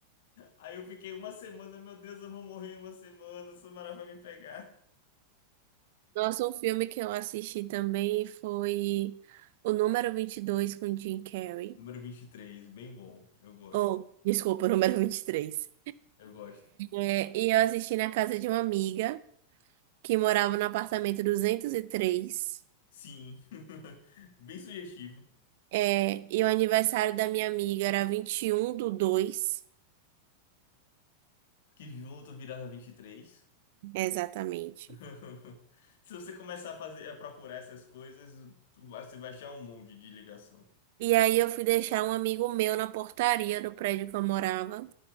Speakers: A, on the left (about 55°); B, on the right (about 50°).
A: Aí eu fiquei uma semana, meu Deus, eu vou morrer em uma semana, o Samara vai me pegar.
B: Nossa, um filme que eu assisti também foi o número 22 com Jim Carrey.
A: Número 23, bem bom. Eu gosto.
B: Oh, desculpa, o número 23.
A: Eu gosto.
B: É, e eu assisti na casa de uma amiga que morava no apartamento 203.
A: Sim. <laughs> Bem sugestivo.
B: É, e o aniversário da minha amiga era 21 do 2,
A: Que junto virava 23.
B: exatamente.
A: <laughs> Se você começar a fazer, a procurar essas coisas, tu vai- você vai achar um monte de ligação.
B: E aí eu fui deixar um amigo meu na portaria do prédio que eu morava.